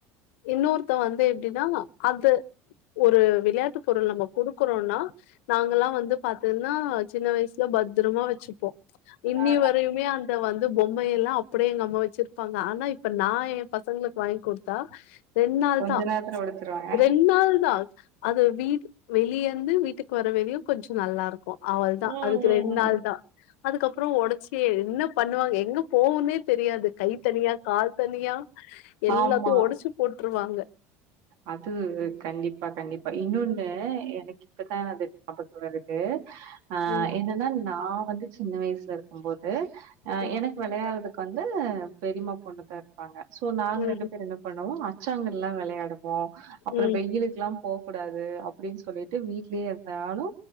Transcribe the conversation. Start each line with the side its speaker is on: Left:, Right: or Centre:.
Left: இன்னொருத்தவ வந்து ப்டிதா அது ஒரு விளையாட்டு பொருள் நம்ம குடுக்குறோன்னா நாங்கல்லா வந்து பாத்து நா சின்ன வயசுல பத்ரமா வெச்சிப்போ இன்னிய
Right: ஆ.
Left: வரையுமே அந்த வந் து பொம்மைைய எல்லா அப்டியே எங்க அம்மா வெச்சிருப்பாங்க ஆனா இப்ப நா ஏ பசங்ளுக் வாய்ங் குடுத்தா ரெண் நாள்
Right: கொஞ்ச
Left: தா
Right: நேரத்துல ஒடச்சிருவாங்க
Left: ரெண் நாள் தா அது வீட் வெளியேந்து வீட்டுக்கு வர வெரியு கொஞ்சொ நல்லா இருக்கு அவ்வள்தா
Right: ம்
Left: அதுக்கு
Right: ம்
Left: ரெண் நாள்
Right: ம்
Left: தா அதுக்கப்றொ ஒடச்சியே என்ன பண்ணுவாங்க எங்க போவுன்னே தெரியாது கை தனியா கால் தனியா எல்லாத்தையு
Right: ஆமா.
Left: ஒடச்சு போட்ருவாங்க
Right: அது கண்டிப்பா கண்டிப் ப இன்னொன்னு எனக்கு இப்பதா அது ஞாபகொ வருது ஆஹ்
Left: ம்
Right: என்னன்னால நா வந்து சின்ன வயசுல இருக்கும் போது ஆஹ்
Left: ம்
Right: எனக்கு வெளையாடுதுக் வந்து பெரியமா பொண்ணு தரு ப்பங்க சோ நாங்க
Left: ம்
Right: ரெண்டு பேர் என்ன பண்ணுவோ ச்சாங்கெல்லா வெளை கடுப் போ அப்புறோ
Left: ம்
Right: வெயிலுக்கு எல்லா போ கூடாது அப்டின்னு சொல்லிட் ட்டு வீட்லேயே இருந்தாலு